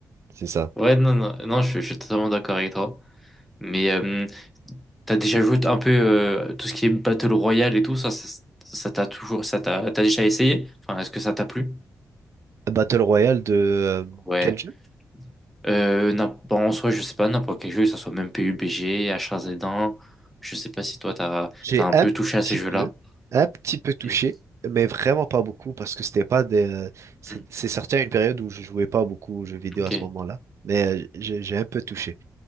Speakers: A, on the right (about 50°); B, in the centre.
A: c'est ça.
B: Ouais, non, non, non, je, je suis totalement d'accord avec toi. Mais euh, t'as déjà joué un peu euh, tout ce qui est Battle Royale et tout, ça, ça, ça t'a toujours, ça t'a, t'as déjà essayé? Enfin, est-ce que ça t'a plu?
A: Battle Royale de euh,
B: Ouais.
A: quel jeu?
B: Euh, n'im- bon, en soi, je sais pas, n'importe quel jeu, que ça soit même PUBG, H1Z1, je sais pas si toi, t'as,
A: J'ai
B: t'as un
A: un
B: peu touché à
A: petit
B: ces jeux-là.
A: peu, un petit peu
B: Ok.
A: touché, mais vraiment pas beaucoup, parce que c'était pas des... euh, c'est
B: Mm,
A: c'est sorti à une période où je jouais pas beaucoup aux jeux vidéo
B: ok.
A: à ce moment-là, mais euh, j'ai j'ai un peu touché.